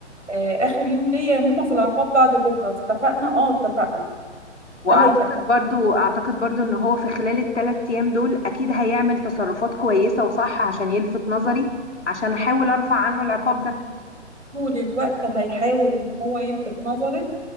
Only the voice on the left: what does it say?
واعتقد
برضو اعتقد برضو ان هو في خلال الثلاث ايام دول اكيد هيعمل تصرفات كويسة وصح عشان يلفت نظري عشان احاول ارفع عنه العقاب ده